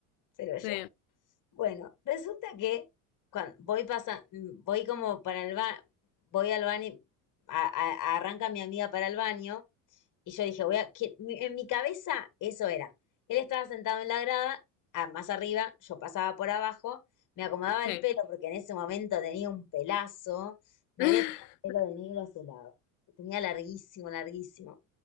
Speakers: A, on the left (about 45°); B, on the left (about 70°).
A: Pero yo.
B: sí,
A: Bueno, resulta que cuando voy pasa, mm, voy como para el ba, voy al baño, a- a- arranca mi amiga para el baño y yo dije, voy a, que- mi- en mi cabeza eso era. Él estaba sentado en la grada, a- más arriba, yo pasaba por abajo, me acomodaba
B: sí.
A: el pelo porque en ese momento tenía un pelazo, me
B: <laughs>
A: había tenido el pelo de negro azulado, lo tenía larguísimo, larguísimo.